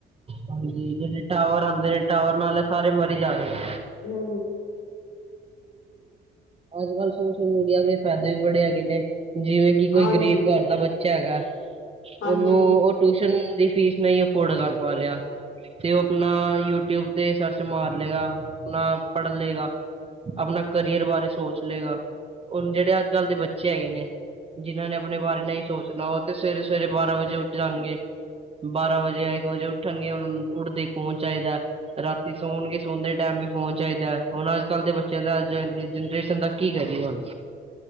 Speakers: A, on the right; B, on the left.
A: ਹਾਂਜੀ ਜਿਹੜੇ ਟਾਵਰ ਆਉਂਦੇ ਨੇ ਟਾਵਰ ਨਾਲ ਸਾਰੇ ਮਰੀ ਜਾ ਰਹੇ ਨੇ।
B: ਹੂੰ
A: ਅੱਜ-ਕੱਲ ਸੋਸ਼ਲ ਮੀਡੀਆ ਦੇ ਫਾਇਦੇ ਵੀ ਬੜੇ ਹੈਗੇ ਨੇ ਜਿਵੇਂ ਕੀ ਕੋਈ
B: ਹਾਂਜੀ
A: ਗਰੀਬ ਘਰ ਦਾ ਬੱਚਾ ਹੈਗਾ
B: ਹਾਂਜੀ
A: ਉਹਨੂੰ ਉਹ ਟਿਊਸ਼ਨ ਦੀ ਫੀਸ ਨਹੀਂ, ਅਫੋਰਡ ਕਰ ਪਾ ਰਿਹਾ। ਤੇ ਉਹ ਆਪਣਾ ਯੂਟਿਊਬ ਤੇ ਸਰਚ ਮਾਰ ਲਏਗਾ, ਆਪਣਾ ਪੜ੍ਹ ਲਏਗਾ। ਆਪਣਾ ਕਰੀਅਰ ਬਾਰੇ ਸੋਚ ਲਏਗਾ, ਹੁਣ ਜਿਹੜੇ ਅੱਜ-ਕੱਲ੍ਹ ਦੇ ਬੱਚੇ ਹੈਗੇ ਨੇ ਜਿਨਾਂ ਨੇ ਆਪਣੇ ਬਾਰੇ ਨਹੀਂ ਸੋਚਣਾ, ਉਹ ਤੇ ਸਵੇਰੇ-ਸਵੇਰੇ ਬਾਰਾਂ ਵਜੇ ਉੱਠ ਜਾਣਗੇ। ਬਾਹਰਾਂ ਵਜੇ ਯਾ ਇੱਕ ਵਜੇ ਉੱਠਣਗੇ ਉਹਨਾਂ ਨੂੰ ਉੱਡਦੇ ਹੀ ਫੋਨ ਚਾਹੀਦਾ। ਰਾਤੀ ਸੌਣਗੇ ਸੋਣ ਦੇ ਟਾਈਮ ਵੀ ਫੋਨ ਚਾਹੀਦਾ ਹੁਣ ਅੱਜ ਕੱਲ੍ਹ ਦੇ ਬੱ ਚਿਆਂ ਦਾ ਅੱਜ ਕਲ ਦੀ ਜਨਰੇਸ਼ਨ ਦਾ ਕੀ ਕਰੀਏ ਹੁਣ।